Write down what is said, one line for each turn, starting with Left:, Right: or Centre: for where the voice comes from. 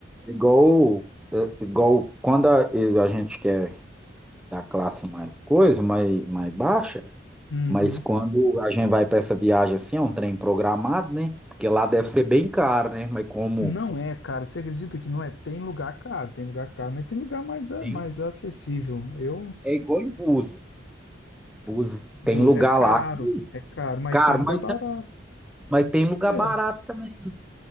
Centre: é igual, é igual quando a, a gente quer da classe mais coisa, mais, mais baixa,
Left: Uhum.
Centre: mas quando a gente vai para essa viagem assim, é um trem programado, né? Porque lá deve ser bem caro, né? Mas como
Left: Não é, cara. Você acredita que não é? Tem lugar caro, tem lugar caro, mas tem lugar mais, a-
Centre: tem,
Left: mais acessível. Eu,
Centre: É igual em Búzios. Búzios
Left: bus
Centre: tem lugar
Left: é caro,
Centre: lá que,
Left: é caro, mas
Centre: caro,
Left: tem lugar
Centre: mas,
Left: barato.
Centre: tem- mas tem lugar
Left: Eu,
Centre: barato também.